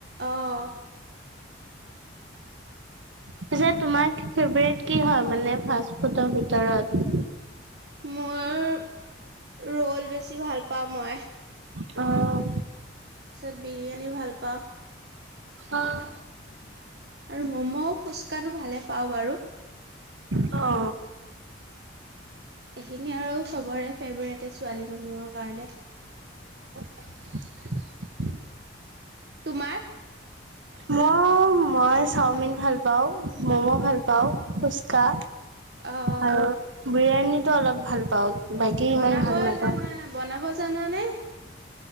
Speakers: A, on the right; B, on the right.
A: অ',
B: পিছে তোমাৰ ফেভ্ৰেট কি হ'য় মানে ফাছ ফুডৰ ভিতৰত।
A: মোৰ, ৰ'ল বেছি ভাল পাওঁ মই।
B: অ
A: তাৰ পিছত বিৰিয়ানী ভাল পাওঁ।
B: অ',
A: আৰু ম'ম' ফুচকাটো ভালে পাওঁ বাৰু।
B: অ।
A: এইখিনি আৰু ছবৰে ফেভৰেটে ছোৱালী মানুহৰ কাৰণে।
B: <inaudible>
A: তোমাৰ
B: মই মই চাওমিন ভাল পাওঁ মম' ভাল পাওঁ ফুচকা
A: অহ।
B: আৰু বিৰিয়ানীটো অলপ ভাল পাওঁ, বাকী
A: বনাব
B: ইমান ভাল নাপাওঁ।
A: জানা বনাব জানানে